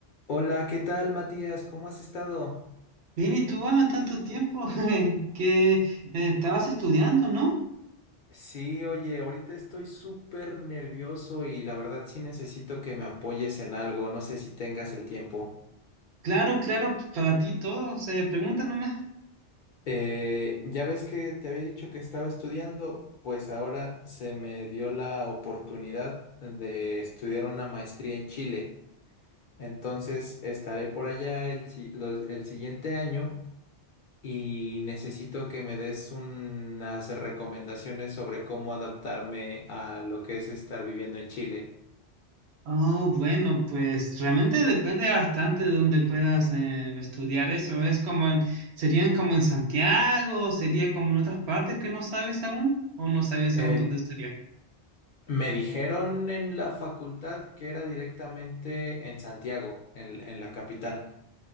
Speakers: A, on the left; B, on the right.
A: Hola, ¿qué tal, Matías? ¿Cómo has estado?
B: Bien, ¿y tú, Alan, tanto tiempo <laughs> que eh, estabas estudiando, ¿no?
A: Sí, oye, ahorita estoy súper nervioso y la verdad sí necesito que me apoyes en algo, no sé si tengas el tiempo.
B: Claro, claro, para ti todo, se pregunta nomás.
A: Eh, ya ves que te había dicho que estaba estudiando, pues ahora se me dio la oportunidad de estudiar una maestría en Chile. Entonces estaré por allá el, si- los- el siguiente año y necesito que me des unas recomendaciones sobre cómo adaptarme a lo que es estar viviendo en Chile.
B: Oh, bueno, pues realmente depende bastante de dónde puedas eh, estudiar eso. Es como en- serían como en Santiago, o sería como en otras partes que no sabes aún, o no sabes
A: Eh,
B: aún dónde sería.
A: me dijeron en la facultad que era directamente en Santiago, en, en la capital,